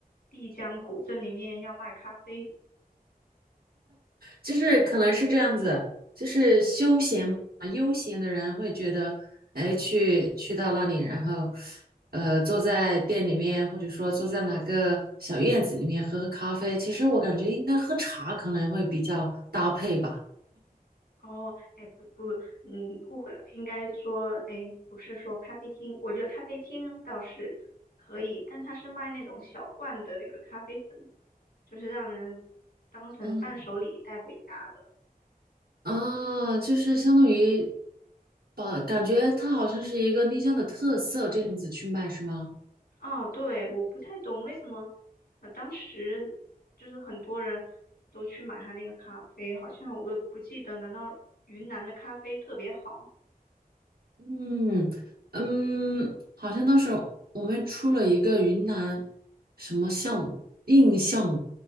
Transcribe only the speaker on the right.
就是可能是这样子，就是休闲嘛，悠闲的人会觉得，哎，去去到那里，然后，呃，坐在店里面，或者说坐在哪个小院子里面喝喝咖啡。其实我感觉应该喝茶可能会比较搭配吧。
嗯，啊，就是相当于把感觉它好像是一个丽江的特色这样子去卖，是吗？
嗯嗯，好像当时我们出了一个云南什么象印象